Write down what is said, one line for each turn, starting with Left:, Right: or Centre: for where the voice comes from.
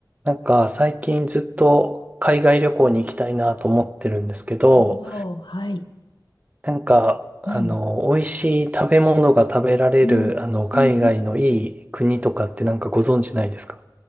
Right: なんか最近ずっと海外旅行に行きたいなと思ってるんですけど、
Left: おお、はい。
Right: なんかあの、
Left: うん、
Right: 美味しい食べ物が食べられるあの、
Left: うん、
Right: 海外のいい国とかってなんかご存知ないですか
Left: うん、うん。